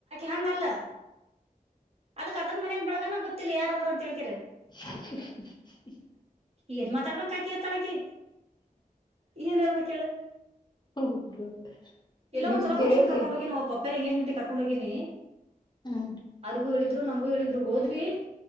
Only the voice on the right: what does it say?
ಹಂಗಲ್ಲ ಅದಕ್ ಅದ್ರ ಮನ್ಯಾದ ಬಳಗನ ಗೊತ್ತಿಲ್ಲ ಯಾರದರ ಅಂತ ಹೇಳಕರೇ
ಏನ್ ಮಾತಾಡ್ಬೇಕ್ ಆಕಿ ಅತ್ತಾಳಕಿ ಏನ್ ಹೇಳ್ಬೇಕ ಹೇಳ
ಎಲ್ಲೋ
ಒಂದ್ಸಲ
ಫಂಕ್ಷನ್ ಕರ್ಕೊಂಡ ಹೋಗಿನೀ ವಾಗಿ ಪಪ್ಪರ ಎಂಗೇಜ್ಮೆಂಟ್ ಕರ್ಕೊಂಡ ಹೋಗಿನಿ
ಅರು ಹೇಳಿದ್ರು ನಂಗೂ ಹೇಳಿದ್ರು ಹೋದ್ವಿ.